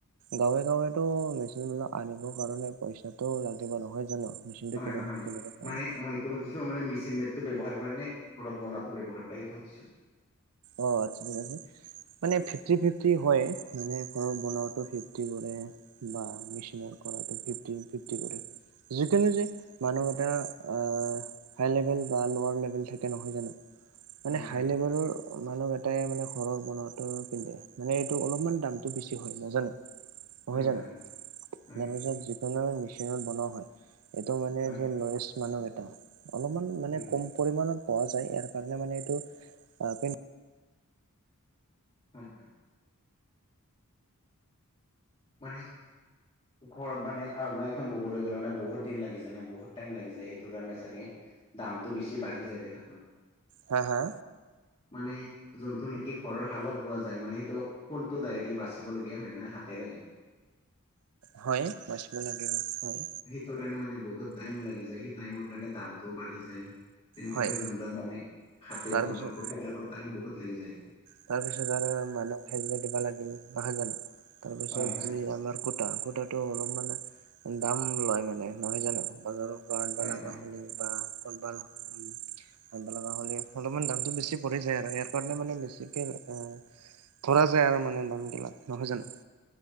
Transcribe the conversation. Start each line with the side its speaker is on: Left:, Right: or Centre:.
Right: গাঁৱে গাঁৱেতো মেচিনবিলাক আনিব কাৰণে পইচাটো লাগিব নহয় জানো? মেচিনটো
Left: নহয়
Right: কিনি
Left: নহয়,
Right: কিনিব কাৰণে
Left: মানে মই টো সুধিছোঁ মানে মেচিন মেটটো ব্যৱহাৰ কৰে নে ঘৰত বনোৱাটো ব্যৱহাৰ কৰে সেইটো সুধিছোঁ।
Right: অ' <unintelligible> মানে ফিফটি ফিফটি হয়, মানে ঘৰত বনোৱাটো ফিফটি কৰে বা মেচিনৰ কৰাটো ফিফটি ফিফটি কৰে। যিকোনো যে মানুহ এটা আ হাই লেভেল বা ল'ৱাৰ লেভেল থাকে নহয় জানো, মানে
Left: হয়
Right: হাই
Left: হয়
Right: লেভেলৰ মানুহ কেটাই মানে ঘৰৰ বনোৱাটো পিন্ধে, মানে এইটো অলপমান দামটো বেছি হয় নাজানা?
Left: হয়
Right: হয়জানো
Left: হয়
Right: তাৰপিছত
Left: হয়
Right: যিকোনো মেচিনত বনোৱা হয়। এইটো মানে
Left: হয়
Right: যে লয়ছ মানুহ কেইটা অলপমান মানে
Left: উম
Right: কম পৰিমাণত পোৱা যায় ইয়াৰ কাৰণে মানে এইটো আপিন
Left: হয়ঁ! হয়ঁ! মানে ঘৰত মানে আৰু নৈ এখন ববলৈ গ'লে মানে বহুত দিন লাগি যায় নে বহুত টাইম লাগি যায় সেইটো কাৰণে চাগে দামটো বছি বাঢ়ি যায় তেখেতৰ
Right: হা হা!
Left: মানে যোনটো নেকি ঘৰৰ হালত বোৱা যায় মানে সেইটো ফুলটো ডাইৰেক্টলি বাচিবলগীয়া হয় না হাতেৰে
Right: হয় বাচিব লাগিব হয়।
Left: সেইটোৰ কাৰণে মানে বহুত টাইম লাগি যায় সেই টাইমৰ কাৰণে দামটোও বাঢ়ি যায়। তেনেকাকৈ
Right: হয়
Left: যোনবিলাক মানে হাতে
Right: তাৰপিছত
Left: বোৱা কাপোৰ সেইবিলাক টাইম বহুত লাগি যায়
Right: তাৰপিছত আৰু মানুহক সেজৰা দিবা লাগিল নহয় জানো তাৰপিছত
Left: হয় হয়
Right: যি আমাৰ কোটা কোটা টো অলমান দাম লয় মানে নহয় জানো বজাৰৰ পৰা আনিব
Left: হয়
Right: লগা
Left: হয়
Right: হ'লে বা ক'ত ভাল উম আনিব লগা হ'লে অলপমান দামটো বেছি পৰি যায় আৰু ইয়াৰ কাৰণে মানে বেছি কি এ ধৰা যায় আৰু মানে দাম গিলাক নহয় জানো